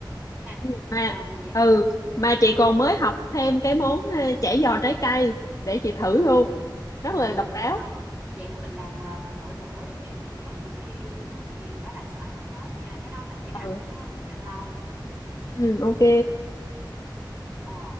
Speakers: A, on the right; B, on the left.
A: ha
B: Ừ.
A: Ờ, vậy
B: Ừ,
A: là
B: mà chị
A: em
B: còn
A: thấy
B: mới học thêm cái món ờ, chả giò trái cây để chị thử
A: ừ,
B: luôn. Rất
A: được
B: là độc đáo.
A: không vậy thì mình làm ờ, nửa nửa đi chị nửa này nửa kia đi chứ nhiều quá lại sợ ăn không hết nha cái đó tại cái đó ăn
B: Ừ.
A: không có được ăn lâu
B: Ừ, ok
A: Ờ,